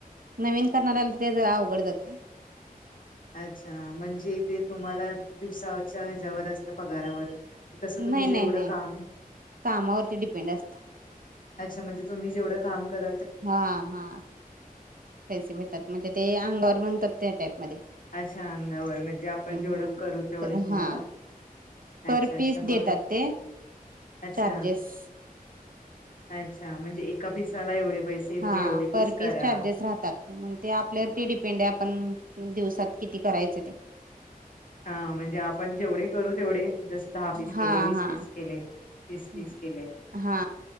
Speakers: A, on the right; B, on the left.
A: नवीन करणाऱ्याला ते ज अवघड जात
B: अच्छा म्हणजे ते तुम्हाला दिवसाच्या ह्याच्यावर असतं पगारावर कस तुम्ही
A: नाही
B: जेवढं
A: नाही नाही
B: काम
A: कामावरती डिपेंड असत
B: अच्छाणजेुम्ही जवढं काम कल
A: हा हा पैसे भेटतात म्हणजे ते अंगवर म्हणतात त्या टाईपमध्येध्ये
B: अच्छा अंगावर म्हणजे आपण जेवढं
A: हम्म
B: करू तेवढे तुम्हाला
A: हा पर
B: अच्छा अच्छा
A: पीस
B: मग
A: देतात ते
B: अच्छा
A: चार्जेस
B: अच्छा म्हणजे एका पिसाला एवढे पैसे तुम्ही
A: हा
B: एवढे
A: पर
B: करा
A: पीस चार्जेस राहतात मग ते आपल्यावरती डिपेंड आहे आपण दिवसात किती करायचं ते
B: हा म्हणजे आपण जेवढे करू तेवढे जसे दहा पीस
A: हा
B: केले वीस
A: हा
B: पीस केले तीस
A: हम्म.
B: पीस केले
A: हा